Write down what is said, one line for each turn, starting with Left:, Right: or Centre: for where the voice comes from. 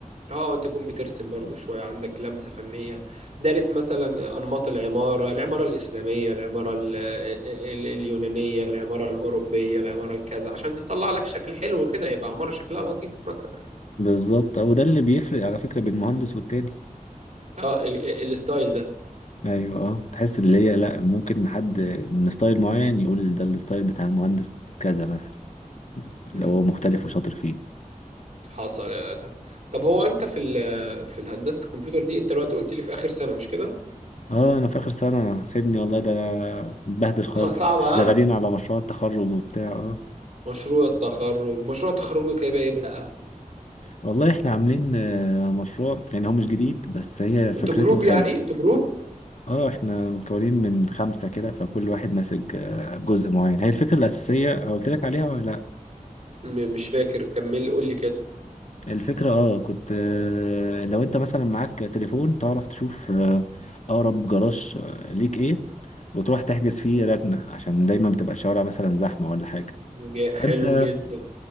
Right: اه انت تكون بترسم برضو شوية عندك لمسة فنية دارس مثلا أنماط العمارة العمارة الإسلامية العمارة ال- آه، ال- اليونانية العمارة الأوروبية العمارة الكذا عشان تطلع لك شكل حلو كده يبقى عمارة شكلها لطيف مثلا يعني
Left: بالظبط آه، وده اللي بيفرق على فكرة بين مهندس والتاني
Right: اه ال- ال- الستايل ده
Left: أيوه أه تحس اللي هي لأ ممكن حد من ستايل معين يقول ده الستايل بتاع المهندس كذا مثلا لو
Right: مم.
Left: هو مختلف وشاطر فيه
Right: حصل يا أدهم طب هو أنت في ال- في الهندسة الكمبيوتر دي أنت دلوقتي قلت لي في آخر سنة مش كده؟
Left: اه انا في اخر سنه سيبني والله ده انا مبهدل خالص
Right: اه <laughs> صعبة
Left: شغالين
Right: اه
Left: على مشروع التخرج وبتاع اه
Right: مشروع التخرج مشروع تخرجك هيبقى إيه بقى؟
Left: والله احنا عاملين آه، مشروع يعني هو مش جديد بس هي فكرته
Right: أنتوا جروب
Left: حلوه
Right: يعني؟ أنتوا جروب؟
Left: اه احنا مكونين من خمسة كده فكل واحد ماسك آه، جزء معين هي الفكرة الأساسية آه، قلت لك عليها ولا لا
Right: م- مش فاكر كمل قول لي كده
Left: الفكرة اه كنت آه، لو انت مثلا معاك تليفون تعرف تشوف آه، أقرب جراج آه، ليك ايه وتروح تحجز فيه ركنة عشان دايما بتبقى الشوارع مثلا زحمة ولا حاجة
Right: جا-
Left: فانت
Right: حلو جدا